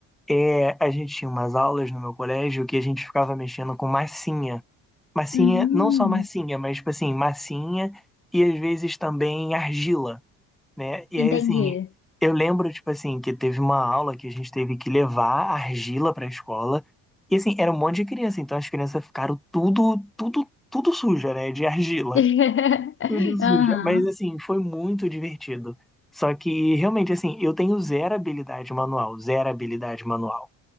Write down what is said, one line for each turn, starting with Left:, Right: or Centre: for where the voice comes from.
Centre: é, a gente tinha umas aulas no meu colégio que a gente ficava mexendo com massinha. Massinha,
Left: Hum,
Centre: não só massinha, mas, tipo assim, massinha e às vezes também argila né? E
Left: entendi.
Centre: aí, assim, eu lembro, tipo assim, que teve uma aula que a gente teve que levar argila pra escola. E, assim, era um monte de criança, então as crianças ficaram tudo, tudo, tudo suja, né? De argila.
Left: <laughs>
Centre: Tudo suja.
Left: Aham.
Centre: Mas, assim, foi muito divertido. Só que, realmente, assim, eu tenho zero habilidade manual, zero habilidade manual.